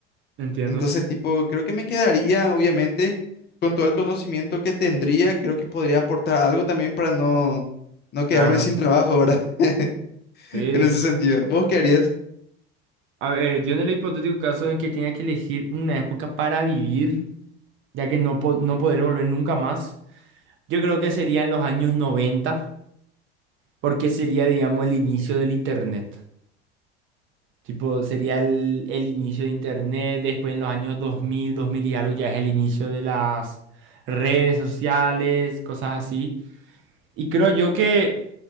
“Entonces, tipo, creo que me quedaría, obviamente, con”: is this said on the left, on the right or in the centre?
Left